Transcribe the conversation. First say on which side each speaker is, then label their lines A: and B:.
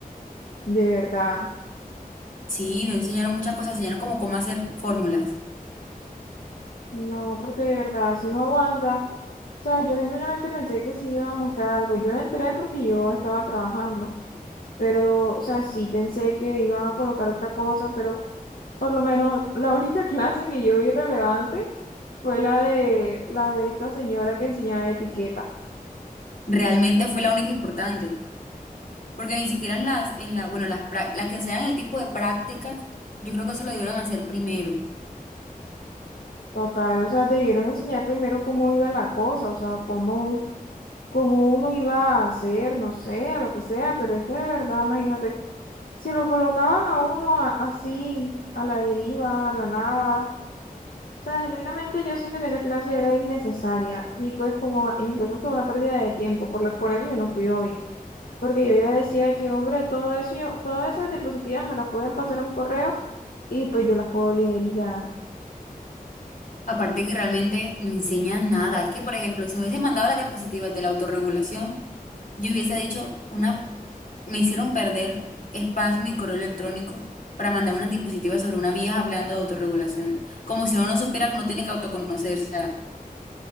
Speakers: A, on the left; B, on the left.
A: de verdad.
B: Sí, no enseñaron muchas cosas, enseñaron como cómo hacer fórmulas.
A: No, porque de verdad, si no aguanta. O sea, yo genuinamente pensé que sí iba a mostrar algo. Yo no entré porque yo estaba trabajando, pero, o sea, sí pensé que iban a colocar otra cosa, pero por lo menos la única <laughs> clase que yo vi relevante fue la de, la de esta señora que enseñaba etiquetas.
B: Realmente fue la única importante, porque ni siquiera en las, en la, bueno, las, prá- las que enseñan el tipo de prácticas, yo creo que eso lo debieron hacer primero.
A: Total, o sea, debieron enseñar primero cómo iba la cosa, o sea, cómo como uno iba a hacer, no sé, a lo que sea, pero es que de verdad, imagínate, si lo colocaban a uno a- así, a la deriva, a la nada, o sea, genuinamente yo siento que esa clase era innecesaria y pues como incluso fue una pérdida de tiempo, por, lo- por eso yo no fui hoy, porque yo ya decía que, hombre, todo eso, yo, todas esas diapositivas me las pueden pasar a un correo y pues yo las puedo leer y ya,
B: Aparte que realmente no enseñan nada. Es que, por ejemplo, si me hubiesen mandado las diapositivas de la autorregulación, Yo hubiese dicho, una, me hicieron perder espacio en mi correo electrónico para mandar unas diapositiva sobre una vieja hablando de autorregulación. Como si uno no supiera que uno tiene que autoconocerse. O sea,